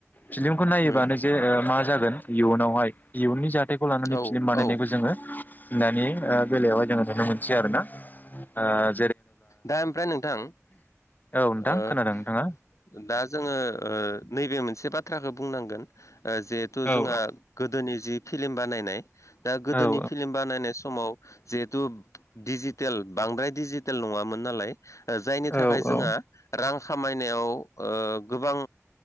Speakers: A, on the left; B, on the left.
A: फिलिमखो नायोबानोजे
B: उम
A: ओह माजागोन इयुनावहाय इयुननि जाथायखौ लानानै
B: औ
A: फिलिम बानायनायखौ
B: औ
A: जोङो। दानि ओह बेलायावहाय जोङो नुनोमोनसै आरोना ओह।
B: दा ओमफ्राय नोंथां
A: ओ औ नोंथां
B: ओह
A: खोनादों नोंथाङा
B: दा जोङो। ओह नैबे मोनसे बाथ्राखो बुंनांगोन ओह जिहेथु
A: औ
B: जोंहा गोदोनि जि। फिलिम बानायनाय दा गोदोनि
A: औ
B: फिलिम बानायनाय समाव। जिहेथु डिजिटेल बांद्राय डिजिटेल नङामोन नालाय। ओह जायनि थाखायजोंहा
A: औ औ
B: रां खामायनायाव ओह गोबां।